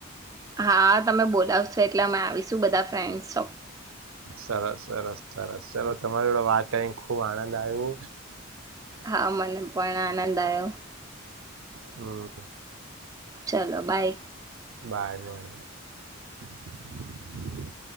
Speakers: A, on the right (about 15°); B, on the right (about 80°).
A: હા તમે બોલાવશો એટલે અમે આવીશું બધા ફ્રેંડ્સ.
B: સરસ. સરસ સરસ ચાલો તમારી જોડે વાત કરીને ખુબ આનંદ આયુ.
A: હા મને પણ આનંદ આવયો.
B: હમ.
A: ચલો બાય.
B: ભાર મળડ <unintelligible>